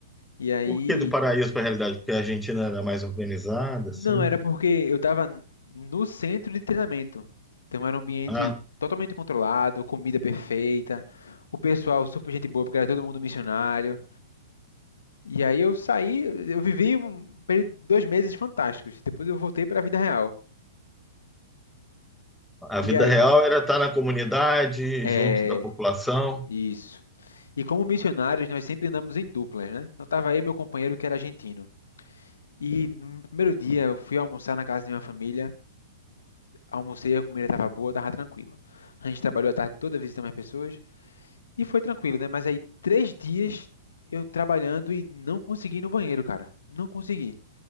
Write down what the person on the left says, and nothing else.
E aí
não
era porque eu estava no centro de treinamento. Então era um ambiente
totalmente controlado, comida perfeita, o pessoal super gente boa, porque era todo mundo missionário. E aí eu saí, eu vivi um período, dois meses fantásticos. Depois eu voltei para a vida real.
E
aí,
é,
isso. E como missionários, nós sempre andamos em duplas, né? Então tava aí meu companheiro que era argentino. E no primeiro dia eu fui almoçar na casa de uma família, almocei, a comida estava boa, estava tranquila. A gente trabalhou a tarde toda visitando as pessoas e foi tranquilo, né? Mas aí três dias eu trabalhando e não consegui ir no banheiro, cara. Não consegui